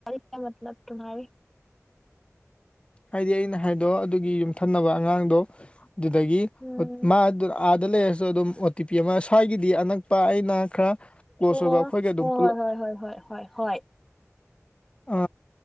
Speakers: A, in the centre; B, on the left.
A: ꯀ ꯃꯂ ꯇꯨꯦ
B: ꯍꯥꯏꯗꯤ ꯑꯩꯅ ꯍꯥꯏꯗꯣ ꯑꯗꯨꯒꯤ ꯌꯨꯝꯊꯅꯕ ꯑꯉꯥꯡꯗꯣ ꯑꯗꯨꯗꯒꯤ
A: ꯎꯝ
B: ꯃꯥ ꯗ ꯂꯩꯔꯁꯨ ꯑꯗꯨꯝ ꯑꯣ ꯇꯤ ꯄꯤ ꯑꯃ ꯁ꯭ꯋꯥꯏꯒꯤꯗꯤ ꯑꯅꯛꯄ ꯑꯩꯅ ꯈꯔ ꯀ꯭ꯂꯣꯁ
A: ꯑꯣ
B: ꯑꯣꯏꯕ ꯑꯩꯈꯣꯏꯒꯤ ꯑꯗꯨꯝ
A: ꯍꯣꯏ
B: ꯄꯨꯂꯞ
A: ꯍꯣꯏ ꯍꯣꯏ ꯍꯣꯏ ꯍꯣꯏ ꯍꯣꯏ ꯍꯣꯏ ꯍꯣꯏ
B: ꯑ